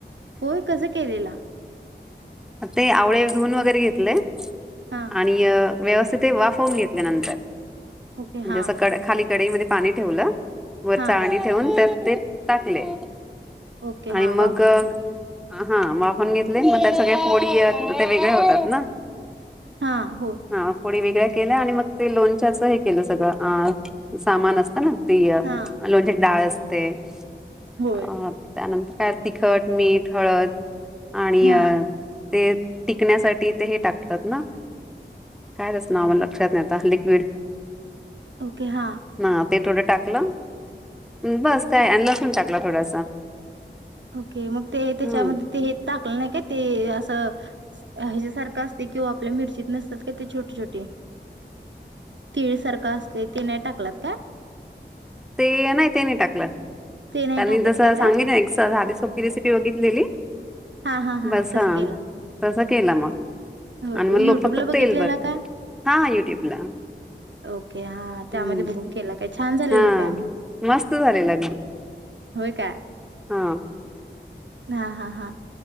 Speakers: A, on the right; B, in the centre.
A: होय कसं केलेलं
B: ते आवळे धुून वगैरे घेतले
A: हां,
B: आणि अ व्यवस्थित वाफून घेतल्यानंतर
A: ओके.
B: म्हणजे
A: हां,
B: कड खाली कढाईमध्ये पाणी ठेवलं वरचाणी
A: हां.
B: ठेवून तर ते टाकले.
A: ओके
B: आणि
A: हा.
B: मग
A: वाफवून घेतले.
B: हा वाफवून घेतले, त - सगळ्या फोडी त्यात- ते वेगळ्या होतात ना?
A: हां, होय.
B: हा फोडी वेगळ्या- केल आणि मग ते लोणच्याच हे केलं सगळं. आं सामान असतं ना? ते
A: हां,
B: म्हणजे डाळ असते.
A: होय.
B: अ त्यानंतर- त्याला तिखट, मीठ, हळद- आणि
A: हां,
B: अ- ते टिकण्यासाठी ते हे टाकतात ना? काय त्याच नाव मला लक्षात नाही आता लिक्विड-
A: ओके हा.
B: हा ते थोडं टाकलं- बस काय? अ ना- टाकला थोडासा
A: ओके, मग ते त्याच्यामध्ये
B: हम्म
A: ते हे टाकलं नाही का ते- ह्याच्यासारखं असते किंवा आपल्या मिरचीत नसतात का ते छोटे छोटे- तिळेसारखा असत- तेथे नाही टाकलात का?
B: ते- नाही ते नाही टाकलं.
A: ते नाही
B: त्यांनी
A: टाकत
B: जस
A: काय त्यात
B: सांगितलंय तसं- ध झाली. सोपी रेसिपी बघितलेली.
A: हां हां हां,
B: बस
A: तस
B: हा
A: केला
B: तसं केला मग
A: होय.
B: आणि मग
A: युट्यूबला
B: लो फक्त
A: बघितलेला
B: तेल बर
A: का?
B: हा युट्यूबला
A: ओके, हां
B: हम्म
A: त्यामध्ये बघून केला का? छान झाली
B: हा
A: - काय म?
B: मस्त झालेलं
A: होय का?
B: हां.
A: हा हा हा.